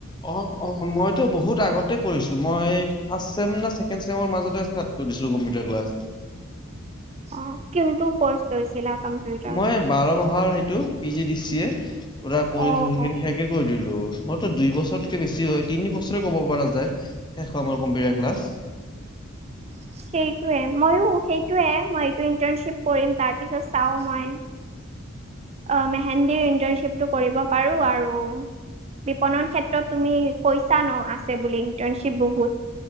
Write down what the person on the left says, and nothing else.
অ-অ মই টো বহুত আগতে কৰিছিলো। মই ফাচ চেম নে ছেকেণ্ড চেমৰ মাজতে ষ্টাৰ্ট কৰি দিছো কম্পিউটাৰ ক্লাছ।
মই বাৰ মাহৰ সেইটো P G D C A পুৰা পঢ়ি
চৰি
কৰি কৰি শেষে কৰি দিলো। হেল্ল, মইটো দুই বছৰতকে বেছি হয় তিনি বছৰে কব পৰা যায় শেষ হোৱা আমাৰ কম্পিউটাৰ ক্লাছ।